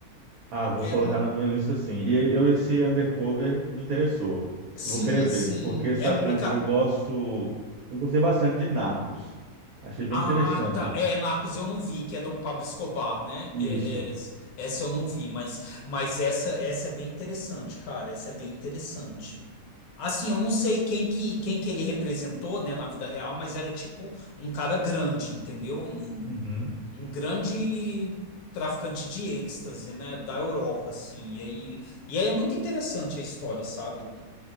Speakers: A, on the right (about 70°); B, on the left (about 75°).
A: Ah, vou
B: É,
A: colocar na minha lista sim. E eu esse Undercover me interessou.
B: Sim,
A: Eu vou querer ver,
B: sim.
A: porque sabe,
B: É,
A: eu,
B: é, ca-
A: eu gosto, eu gostei bastante de Narcos. Achei bem
B: ah,
A: interessante
B: tá. É, Narcos eu não vi, que é do Pablo Escobar, né?
A: isso.
B: É, é, essa eu não vi, mas, mas essa, essa é bem interessante, cara. Essa é bem interessante. Assim, eu não sei quem que, quem que ele representou, né, na vida real, mas era tipo um cara grande, entendeu? Um,
A: Uhum.
B: um grande traficante de êxtase, né, da Europa, assim. E aí, e aí é muito interessante a história, sabe?